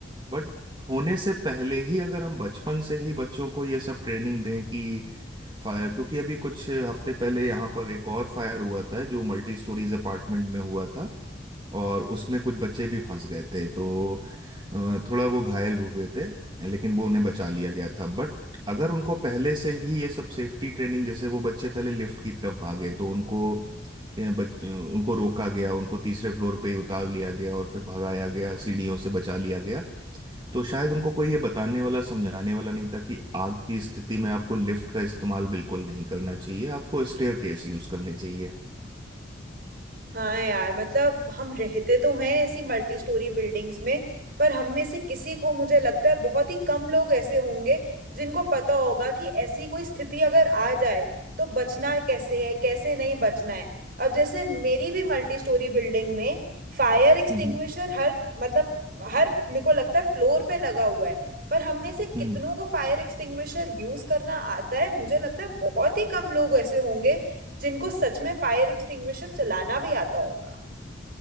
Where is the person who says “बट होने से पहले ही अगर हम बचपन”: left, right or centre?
Right